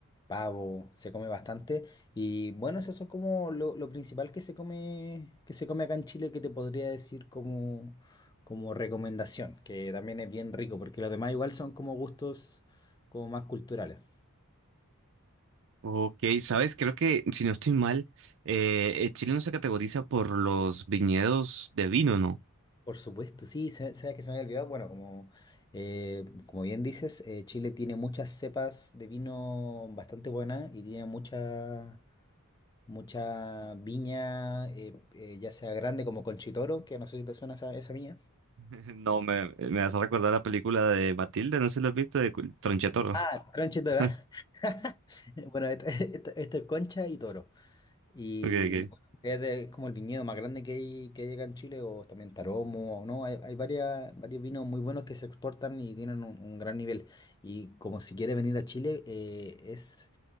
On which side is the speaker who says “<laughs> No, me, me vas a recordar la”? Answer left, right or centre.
Right